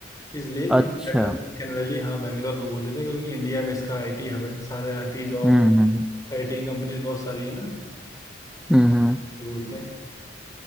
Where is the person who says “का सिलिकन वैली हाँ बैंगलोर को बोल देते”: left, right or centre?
Left